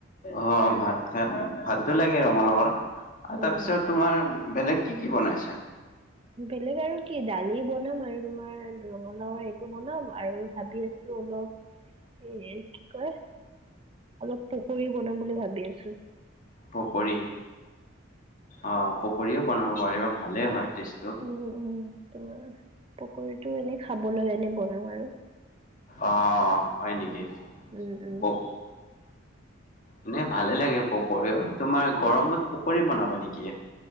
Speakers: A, on the left; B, on the right.
A: অ' ভাত খাই ভালটো লাগে ৰঙালাওৰ আৰু
B: উম
A: তাৰপিছত তোমাৰ বেলেগ কি কি বনাই আছাঁ?
B: বেলেগ আৰু কি দালি বনাম আৰু তোমাৰ ৰঙালাওৰ এইটো বনাম আৰু ভাবি আছোঁ। অলপ এই কি কয় অলপ পকৰি বনাম বুলি ভাবি আছোঁ।
A: পকৰি অ' পকৰিও বনাব পাৰিবা, ভালেই হয় টেষ্টটো।
B: উম-উম তোমাৰ পকৰিটো এনে খাবলৈ এনে বনাম আৰু।
A: অ' হ হয় নেকি।
B: উম উম
A: পক এনে ভালে লাগে পকৰিও তোমাৰ গৰমত পকৰি বনাবা নেকি?